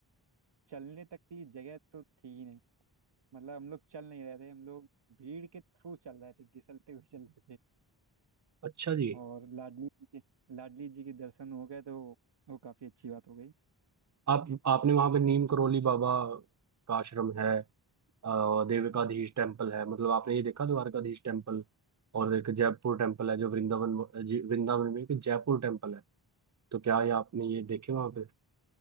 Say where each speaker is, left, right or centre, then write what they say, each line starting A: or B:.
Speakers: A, on the right; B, on the right.
A: चलने तक की जगह तो थी ही नहीं मतलब हम लोग चल नहीं रहे थे हम लोग भीड़ के थ्रू चल रहे थे घिसलते हुए चल रहे थे
B: अच्छा जी
A: और लाडली जी के लाडली जी के दर्शन हो गए तो वो काफ़ी अच्छी बात हो गई
B: आप आपने वहां पे नीम करोली बाबा का आश्रम है अ, देविकाधीश टेम्पल है मतलब आपने ये देखा द्वारकाधीश टेम्पल और एक जयपुर टेम्पल है जो वृंदावन जी- वृंदावन में एक जयपुर टेम्पल है तो क्या ये आपने ये
A: हाँ।
B: देखे वहां पे